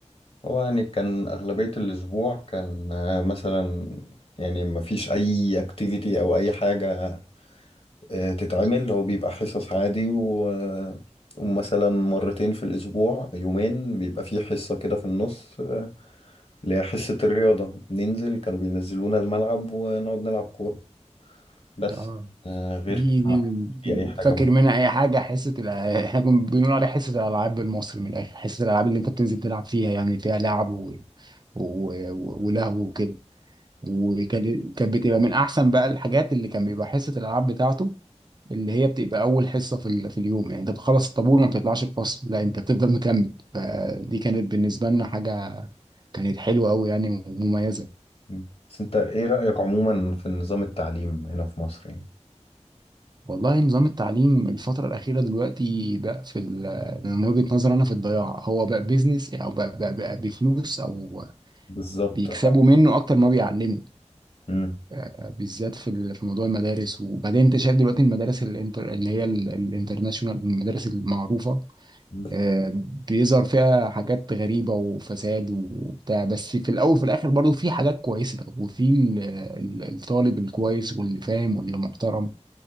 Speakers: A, on the left (about 55°); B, on the right (about 35°).
A: هو يعني كان أغلبية الأسبوع كان آه، مثلا يعني ما فيش أي اكتيفيتي أو أي حاجة آه، تتعمل هو بيبقى حصص عادي و... آه، ومثلا مرتين في الأسبوع يومين بيبقى فيه حصة كده في النص آه، اللي هي حصة الرياضة ننزل كانوا بينزلونا الملعب ونقعد نلعب كورة بس
B: اه
A: آه، غير
B: دي
A: كده
B: دي
A: ما
B: دي-
A: في أي حاجة
B: فاكر منها اي حاجه حصه الأ- احنا كنا بنقول عليها حصه الالعاب بالمصري من الاخر حصه الالعاب اللي انت بتنزل تلعب فيها يعني فيها لعب و... و... و- ولهو وكده وكانت كانت بتبقى من احسن بقى الحاجات اللي كان بيبقى حصه الالعاب بتاعته اللي هي بتبقى اول حصه في ال... في اليوم يعني انت بتخلص الطابور وما بتطلعش الفصل لا انت بتفضل مكمل فدي كانت بالنسبه لنا حاجه كانت حلوه قوي يعني ومميزه
A: مم. بس انت ايه رأيك عموما في نظام التعليم هنا في مصر يعني
B: والله نظام التعليم الفترة الأخيرة دلوقتي بقى في ال- من وجهة نظري أنا في الضياع هو بقى بيزنس أو بقى, بقى, بقى بفلوس أو
A: بالظبط
B: بيكسبوا
A: اه
B: منه أكتر ما بيعلموا
A: مم.
B: آه، بالذات في ال- في موضوع المدارس وبعدين أنت شايف دلوقتي المدارس الانتر اللي هي ال- الانترناشونال المدارس المعروفة
A: مم.
B: آه، بيظهر فيها حاجات غريبة وفساد وبتاع بس في الأول وفي الآخر برضه في حاجات كويسة وفي ال- ال- الطالب الكويس واللي فاهم واللي محترم